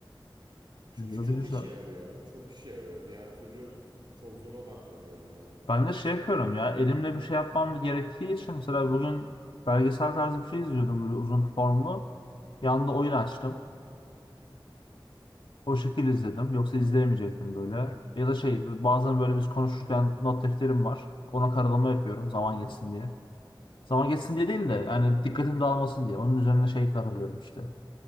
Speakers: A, on the right; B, on the left.
A: Çünkü
B: Güzel,
A: çok
B: güzel.
A: işe yarıyor. Çok işe yarıyor. Diğer türlü çok zor odaklanıyorum ben.
B: Ben de şey yapıyorum ya. Elimle bir şey yapmam gerektiği için mesela bugün belgesel tarzı bir şey izliyordum böyle uzun formlu. Yanında oyun açtım. O şekil izledim. Yoksa izleyemeyecektim böyle. Ya da şey bazen böyle biz konuşurken not defterim var. Ona karalama yapıyorum zaman geçsin diye. Zaman geçsin diye değil de yani dikkatim dağılmasın diye. Onun üzerine şey karalıyorum işte.